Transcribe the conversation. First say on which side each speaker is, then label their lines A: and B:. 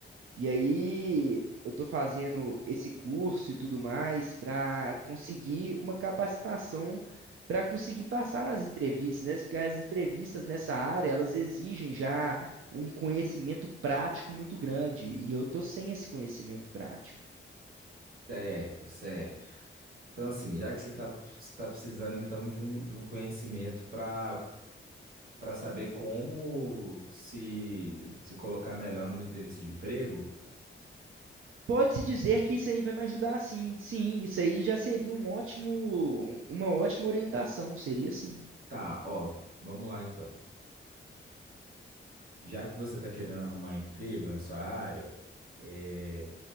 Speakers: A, on the right; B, on the right.
A: E aí eu tô fazendo esse curso e tudo mais para conseguir uma capacitação para conseguir passar nas entrevistas, né? Porque as entrevistas nessa área, elas exigem já um conhecimento prático muito grande, e eu tô sem esse conhecimento prático.
B: Certo, certo. Então, assim, já que você está você tá precisando, então, de um, de um conhecimento para para saber como se, se colocar melhor numa entrevista de emprego,
A: Pode-se dizer que isso aí vai me ajudar, sim. Sim, isso aí já seria um ótimo, um, uma ótima orientação, seria sim.
B: tá, ó, vamos lá, então. Já que você está querendo arrumar emprego na sua área, é,